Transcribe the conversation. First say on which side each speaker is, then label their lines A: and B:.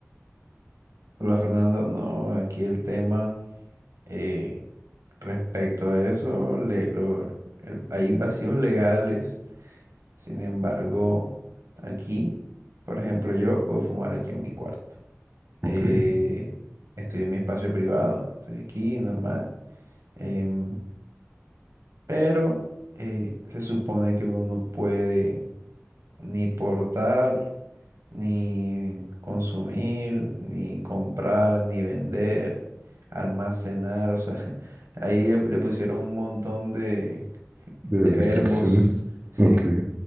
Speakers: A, on the right; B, on the right.
A: Hola Fernando, no, aquí el tema eh, respecto a eso, le- lo- el- hay vacíos legales, sin embargo, aquí, por ejemplo, yo puedo fumar aquí en mi cuarto. Eh,
B: Ok,
A: estoy en mi espacio privado, estoy aquí, normal, em, pero eh, se supone que uno no puede ni portar, ni consumir, ni comprar, ni vender, almacenar, o sea, <laughs> ahí le, le pusieron un montón de,
B: de
A: de
B: restricciones.
A: verbos, sí,
B: Ok.